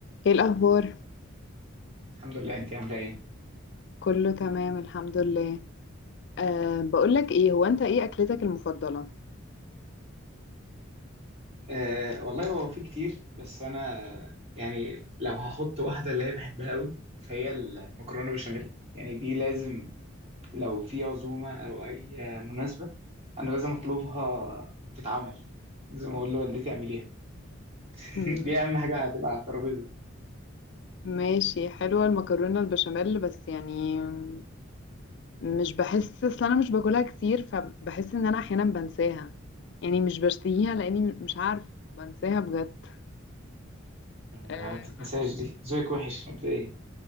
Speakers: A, on the left (about 55°); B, on the right (about 30°).
A: ايه الاخبار
B: الحمد لله انت عامله ايه
A: كله تمام الحمد لله أه بقولك ايه هو انت ايه اكلتك المفضله
B: أه والله هو في كتير بس انا يعني لو هحط واحده اللي هي بحبها قوي فهي المكرونه بشاميل يعني دي لازم لو في عزومه او اي آه، مناسبه انا لازم اطلبها تتعمل لازم اقول لوالدتي اعمليها <laughs>
A: مم،
B: دي اهم حاجه هتبقى على الترابيزه
A: ماشي حلوه المكرونه البشاميل بس يعني مم، مش بحس اصل انا مش باكلها كتير فبحس ان انا احيانا بنساها يعني مش بشتهيها لاني مش عارف بنساها بجد
B: ما
A: أه
B: بتتنساش دي ذوقك وحش مبدئيا